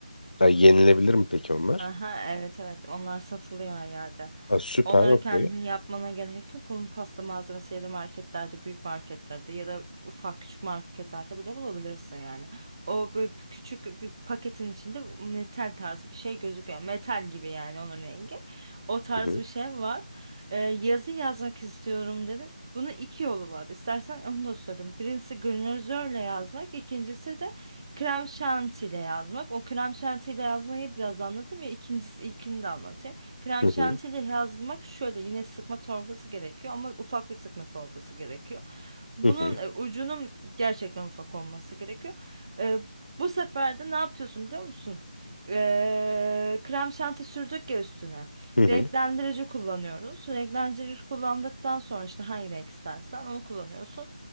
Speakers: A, on the left; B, on the right.
A: Ya yenilebilir mi peki onlar?
B: Aha, evet evet onlar satılıyor her yerde.
A: Ha, süper,
B: Onları
A: okey.
B: kendin yapmana gerek yok. Onun pasta malzemesi ya da marketlerde, büyük marketlerde ya da ufak küçük marketlerde bile bulabilirsin yani. O böyle bir küçük bir paketin içinde metal tarzı bir şey gözüküyor. Metal gibi yani onun rengi. O tarz
A: Hı hı,
B: bir şey var. Ee, yazı yazmak istiyorum dedin. Bunun iki yolu var. İstersen onu da söyleyeyim. Birincisi granözörle yazmak, ikincisi de Krem şantiyle yazmak. O krem şantiyle yazmayı biraz anlatayım ya ikincisi ilkini de anlatayım. Krem
A: hı
B: şantiyle
A: hı,
B: yazmak şöyle yine sıkma torbası gerekiyor ama ufak bir sıkma torbası gerekiyor. Bunun
A: hı hı,
B: e, ucunun gerçekten ufak olması gerekiyor. E, bu sefer de ne yapıyorsun biliyor musun? E, krem şanti sürdük ya üstüne.
A: hı hı.
B: Renklendirici kullanıyoruz. Renklendirici kullandıktan sonra işte hangi renk istersen onu kullanıyorsun.